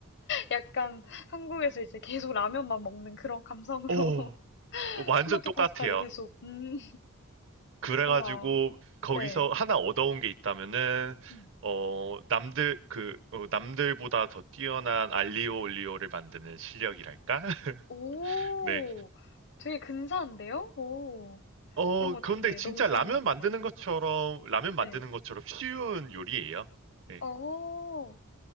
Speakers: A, on the left; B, on the right.
A: 약간 한국에서 이제 계속 라면만 먹는 그런 감성으로
B: 오,
A: <laughs>
B: 완전
A: 토마토
B: 똑같아요.
A: 파스타를 계속 음.
B: 그래가지고
A: 우와.
B: 거기서
A: 네.
B: 하나 얻어온 게 있다면은
A: 음.
B: 어 남들 그 어, 남들보다 더 뛰어난 알리오 올리오를 만드는 실력이랄까 <laughs>
A: 오.
B: 네.
A: 되게 근사한데요? 오.
B: 어
A: 그런 거
B: 그런데
A: 되게
B: 진짜
A: 너무 좋은
B: 라면
A: 것 같아요.
B: 만드는 것처럼 라면 만드는
A: 네.
B: 것처럼 쉬운 요리예요. 네.
A: 어.